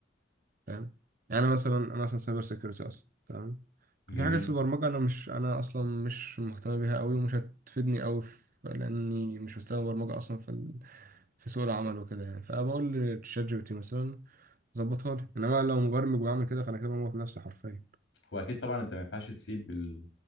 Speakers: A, on the right; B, on the left.
A: فاهم يعني انا مثلا انا مثلا سايبر سيكيورتي اصلا تمام في
B: جميل
A: حاجات في البرمجه انا مش انا اصلا مش مهتم بيها قوي ومش هتفيدني قوي لاني مش مستوى برمجه اصلا في ال... في سوق العمل وكده يعني فبقول لتشات جي بي تي مثلا ظبطها لي انما لو مبرمج وبعمل كده فانا كده بموت نفسي حرفيا
B: هو اكيد طبعا انت ما ينفعش تسيب ال-